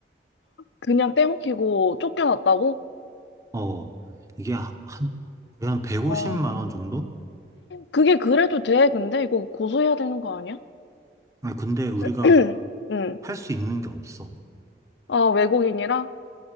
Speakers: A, on the left; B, on the right.
A: 그냥 떼먹히고 쫓겨났다고?
B: 어, 이게 한, 거의 한 150만
A: 와,
B: 원 정도?
A: 그게 그래도 돼, 근데? 이거 고소해야 되는 거 아니야?
B: 아니, 근데 우리가
A: <clears throat> 응.
B: 할 수 있는 게 없어.
A: 아, 외국인이라?